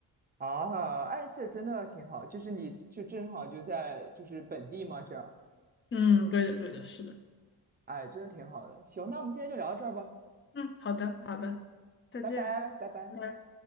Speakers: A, on the right (about 25°); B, on the left (about 30°).
A: 啊，哎，这真的挺好，就是你就正好就在就是本地嘛，这样，
B: <laughs> 嗯，对的，对的，是的。
A: 哎，真的挺好的。行，那我们今天就聊到这儿吧，
B: 嗯，好的，好的，再见。
A: 拜拜，拜拜。
B: 拜拜。